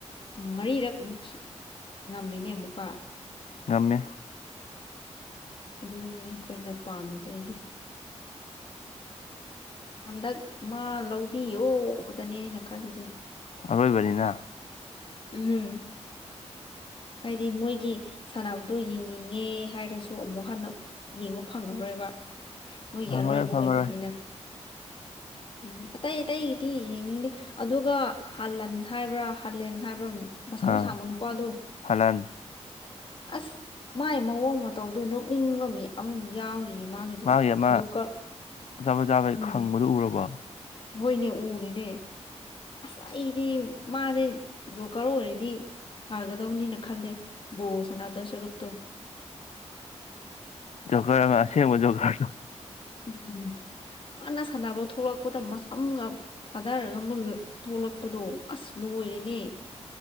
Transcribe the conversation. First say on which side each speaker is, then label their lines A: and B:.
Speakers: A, on the left (about 45°); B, on the left (about 65°).
A: ꯎꯝ ꯃꯔꯤꯔꯛ ꯃꯨꯛꯁꯨ ꯉꯝꯃꯤꯅꯦ ꯑꯃꯨꯛꯀ
B: ꯉꯝꯃꯦ
A: ꯑꯗꯨꯅꯦ ꯑꯩꯈꯣꯏꯅ ꯄꯥꯝꯃꯤꯖꯦ ꯑꯩꯗꯤ ꯍꯟꯗꯛ ꯃꯥ ꯂꯧꯕꯤꯌꯣꯗꯅꯦ ꯑꯩꯅ ꯈꯜꯂꯤꯖꯦ
B: ꯑꯔꯣꯏꯕꯅꯤꯅ
A: ꯎꯝ ꯍꯥꯏꯗꯤ ꯃꯣꯏꯒꯤ ꯁꯥꯟꯅꯕꯗꯣ ꯌꯦꯡꯅꯤꯡꯉꯦ ꯍꯥꯏꯔꯁꯨ ꯑꯃꯨꯛ ꯍꯟꯅ ꯌꯦꯡꯕ ꯐꯪꯉꯔꯣꯏꯕ ꯃꯣꯏꯒꯤ
B: ꯐꯪꯉꯔꯣꯏ
A: ꯑꯔꯣꯏꯕ
B: ꯐꯪꯉꯔꯣꯏ
A: ꯑꯣꯏꯕꯅꯤꯅ
B: <inaudible>
A: ꯎꯝ ꯑꯇꯩ ꯑꯇꯩꯒꯤꯗꯤ ꯌꯦꯡꯅꯤꯡꯗꯦ ꯑꯗꯨꯒ ꯍꯥꯂꯟ ꯍꯥꯏꯕ꯭ꯔꯥ ꯍꯥꯂꯦꯟ ꯍꯥꯏꯕ꯭ꯔꯥ ꯃꯁꯝ
B: ꯑꯥ
A: ꯁꯥꯡꯕ ꯅꯨꯄꯥꯗꯣ
B: ꯍꯂꯥꯟ
A: ꯑꯁ ꯃꯥꯏ ꯃꯑꯣꯡ ꯃꯇꯧꯗꯨ ꯅꯣꯛꯅꯤꯡꯕ ꯃꯤ ꯑꯃ ꯌꯥꯎꯔꯤ ꯃꯥꯒꯤꯗꯨ
B: ꯃꯥꯒꯤ ꯑꯃ
A: ꯖꯣꯀꯔ
B: ꯑꯆꯥꯄꯣꯠ ꯆꯥꯕꯩ
A: ꯎꯝ
B: ꯈꯪꯕꯗꯨ ꯎꯔꯕꯣ
A: ꯍꯣꯏꯅꯦ ꯎꯔꯦꯅꯦ ꯁ ꯑꯩꯗꯤ ꯃꯥꯖꯦ ꯖꯣꯀꯔ ꯑꯣꯏꯔꯗꯤ ꯐꯒꯗꯧꯅꯤꯅ ꯈꯜꯂꯦ ꯕꯣꯜ ꯁꯥꯟꯅꯗꯣꯏ ꯁꯔꯨꯛꯇꯣ
B: ꯖꯣꯒꯔ ꯑꯃ ꯑꯁꯦꯡꯕ ꯖꯣꯒꯔꯗꯣ
A: ꯎꯝ ꯃꯥꯅ ꯁꯥꯟꯅꯕ ꯊꯣꯂꯛꯄꯗ ꯃꯁꯝꯒ ꯊꯥꯗꯔꯒ ꯃꯨ ꯊꯣꯛꯂꯛꯄꯗꯣ ꯑꯁ ꯂꯨ ꯑꯣꯏꯔꯦꯅꯦ